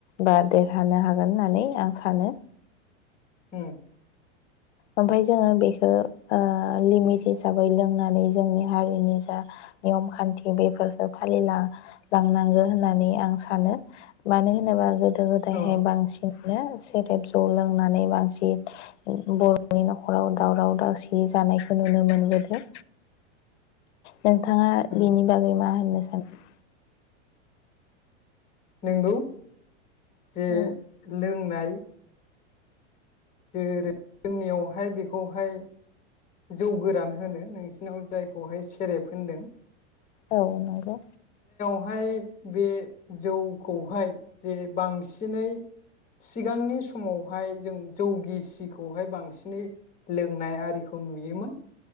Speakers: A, on the left; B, on the left.
A: बा देरहानो हागोन होननानै आं सानो
B: उम
A: ओमफ्रायाय जोङो बेखौ ओ लिमिट हिसाबै लोंनानै जोंनि हारिनि जा नियम खान्थि बेफोरखौ फालिल लांनांगौ होननानै आं सानो मानो होनोबा गोदो गोदायहाय
B: अ
A: बांसिनानो सेरेफ जौ लोंनानै बांसिन बर बर' नि नखराव दावराव दावसि जानायखौ नुनो मोनबोदों नोंथाङा
B: उम
A: बिनि बागै मा होननो सानो
B: नोंगौ जे
A: औ
B: लों नाय जेरै जोंनियावहाय बेखौहाय जौ गोरान होनो नोंसिनाव जायखौहाय सेरेब होनदों
A: औ नंगौ
B: बेहाय बे जौखौहाय जे बांसिनै सिगांनि समावहाय जों जौगिसिखौहाय बांसिनै लोंनाय आरिखौ नुयोमोन